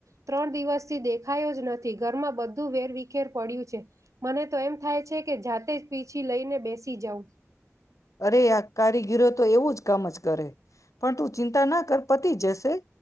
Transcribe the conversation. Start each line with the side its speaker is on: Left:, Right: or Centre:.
Right: ત્રણ દિવસથી દેખાયો જ નથી. ઘરમાં બધું વેરવિખેર પડ્યું છે., મને તો એમ થાય છે, કે જાતે જ પીછી લઈને બેસી જઉં.
Left: અરે આ કારીગીરો તો એવું જ કામ જ કરે પણ તું ચિંતા ના કર પતી જશે